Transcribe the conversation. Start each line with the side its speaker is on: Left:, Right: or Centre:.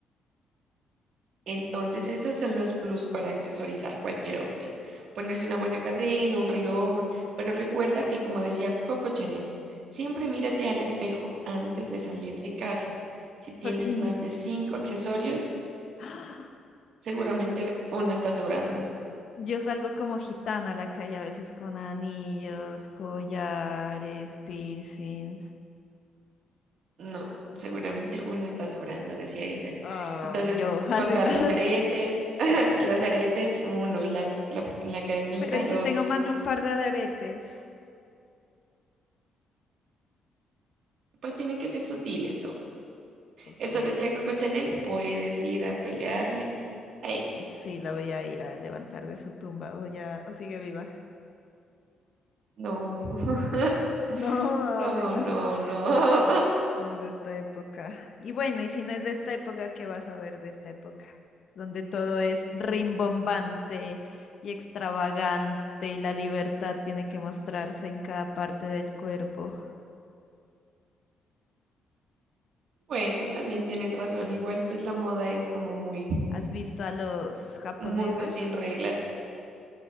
Right: Entonces, esos son los plus para accesorizar cualquier outfit. Ponerse una buena cadena, un reloj, un- pero recuerda que, como decía Coco Chanel, siempre mírate al espejo antes de salir de casa. Si tienes
Left: Porque
Right: más de cinco accesorios,
Left: <gasps>
Right: seguramente uno está sobrando.
Left: yo salgo como gitana a la calle a veces con anillos, collares, piercing.
Right: No, seguramente uno está sobrando, decía ella.
Left: Ah,
Right: Entonces,
Left: yo, <laughs> así,
Right: contar
Left: ¿no?
Right: los aretes, <laughs> los aretes, uno, la, la, la cadenita,
Left: Pero y si
Right: dos.
Left: tengo más
Right: Sí,
Left: de un par de aretes.
Right: Pues tienen que ser sutiles,
Left: Ok.
Right: Eso decía Coco Chanel, puedes ir a pelearle a ella.
Left: Sí, la voy a ir a levantar de su tumba. O ya, o sigue viva. <laughs>
Right: No, <laughs>
Left: No, ah,
Right: no,
Left: bueno.
Right: no, no. <laughs>
Left: No es de esta época. Y bueno, y si no es de esta época, ¿qué vas a ver de esta época? Donde todo es rimbombante y extravagante y la libertad tiene que mostrarse en cada parte del cuerpo.
Right: Bueno, también tienes razón. Igual, pues la moda es como muy
Left: ¿Has visto a los japoneses?
Right: un mundo sin reglas,